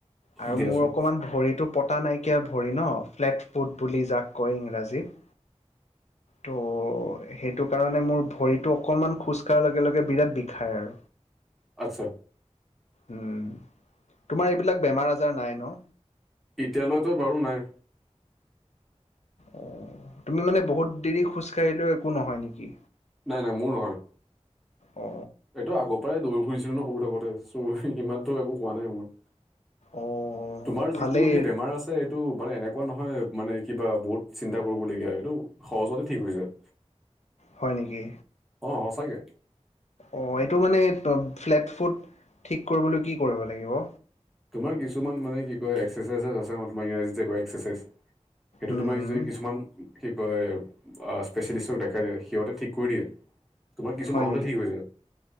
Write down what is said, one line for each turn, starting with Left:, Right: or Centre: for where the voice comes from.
Left: আৰু
Centre: দিয়াচোন
Left: মোৰ অকমান ভৰিটো পতা নাইকিয়া ভৰি ন ফ্লেট ফুট বুলি যাক কয় ইংৰাজীত। ত' সেইটো কাৰণে মোৰ ভৰি টো অকনমান খোজ কাঢ়া লগে লগে বিৰাট বিষাই আৰু।
Centre: আচ্ছা।
Left: উম, তোমাৰ এইবিলাক বেমাৰ আজাৰ নাই ন?
Centre: এতিয়ালৈতো বাৰু নাই।
Left: অ তুমি মানে বহুত দেৰি খোজ কাঢ়িলেও একো নহয় নেকি?
Centre: নাই নাই মোৰ নহয়।
Left: অ
Centre: এইটো আগৰ পৰাই দৌৰি ফুৰিছিলো ন সৰু থাকোতে চ' ইিমানতো একো কোৱা নাই মোৰ।
Left: অ',
Centre: তোমাৰ
Left: ভালেই
Centre: যিটো সেই বেমাৰ আ ছে এইটো মানে এনেকুৱা নহয় মানে কিবা বহুত চিন্তা কৰিবলগীয়া এইটো সহজতে ঠিক হৈ যায়।
Left: হয় নেকি?
Centre: অঁ সঁচাকে।
Left: অ এইটো মানে ফ্লেট ফুট ঠিক কৰিবলৈ কি কৰিব লাগিব?
Centre: তোমাৰ কিছুমান মানে কি কয় এক্সাৰচাইজেছ আছে ন তোমাৰ ইংৰাজীতে কয় এক্সাৰচাইজ। সেইটো
Left: উম
Centre: তোমাক যদি কিছুমান কি কয় স্পেচিয়েলিষ্টক দেখাই দিয়ে সিহঁতে ঠিক কৰি দিয়ে। তোমাৰ কিছু
Left: হয়
Centre: মাহতে
Left: নেকি
Centre: ঠিক হৈ যায়।